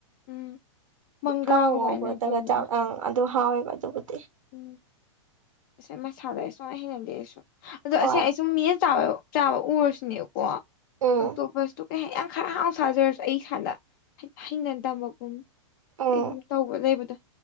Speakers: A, on the left; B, on the right.
A: ꯎꯝ ꯃꯪꯒ꯭ꯔꯥꯒꯃꯥꯏꯅ
B: ꯀꯪꯉꯧ ꯉꯧꯕꯗꯒ
A: ꯇꯧꯕꯅꯦ
B: ꯆꯥꯕ ꯑꯪ ꯑꯗꯨꯝ ꯍꯥꯎꯋꯦꯕ ꯑꯗꯨꯕꯨꯗ
A: ꯎꯝ ꯑꯁ ꯃꯁꯥꯗ ꯁꯨꯛꯍꯩ ꯍꯩꯅꯗꯦ ꯑꯩꯁꯨ ꯑꯗꯣ
B: ꯍꯣꯏ
A: ꯑꯁꯦꯡ ꯑꯩ ꯁꯨꯝ ꯃꯤ <unintelligible> ꯆꯥꯕ ꯆꯥꯕ ꯎꯔꯁꯨꯅꯦꯀꯣ ꯑꯣꯛꯇꯣꯕꯁꯇꯨ
B: ꯎꯝ
A: ꯀꯩ ꯍꯥꯌꯅꯤ ꯌꯥꯝ ꯈꯔ ꯍꯥꯎ ꯁꯥꯖꯔꯁꯨ ꯑꯩ ꯏꯁꯥꯗ ꯍꯩ ꯍꯩꯅꯗꯕꯒꯨꯝ
B: ꯎꯝ
A: ꯀꯩꯒꯨꯝ ꯇꯧꯕ ꯂꯩꯕꯗꯣ